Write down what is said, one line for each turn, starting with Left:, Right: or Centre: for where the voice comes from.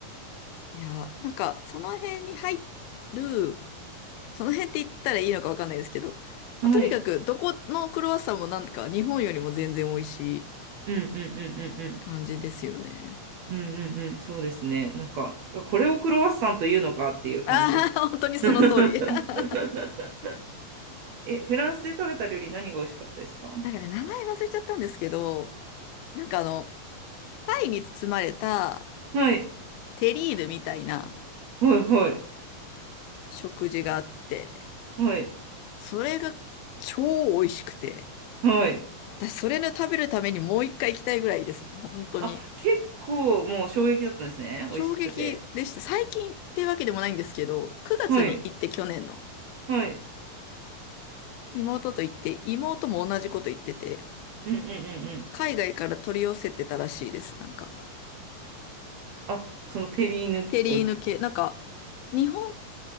Left: いや、なんか、その辺に入る、その辺って言ったらいいのかわかんないですけど、まあ、
Right: はい。
Left: とにかく、どこのクロワッサンもなんか、日本よりも全然美味しい
Right: うん、うん、うん、うん、うん。
Left: 感じですよね。
Right: うんうんうん、そうですね。なんか、これをクロワッサンというのかっていう感じでした。
Left: ああ、<laughs> 本当にその通り。
Right: <laughs>
Left: <laughs>
Right: え、フランスで食べた料理何が美味しかったですか
Left: なんかね、名前忘れちゃったんですけど、なんかあの、パイに包まれた
Right: はい、
Left: テリーヌみたいな
Right: はい、はい、
Left: 食事があって、
Right: はい、
Left: それが超美味しくて、
Right: はい。
Left: 私それの食べるためにもう一回行きたいぐらいです。本当に。
Right: あ、結構もう衝撃だったんですね。
Left: 衝撃でした。
Right: 美味しくて。
Left: 最近ってわけでもないんですけど、9月に行って去年の
Right: はい、はい。
Left: 妹と行って、妹も同じこと言ってて、
Right: うんうんうんうん。
Left: 海外から取り寄せてたらしいです。なんか、
Right: あ、そのテリーヌを。
Left: テリーヌ系。なんか、日本、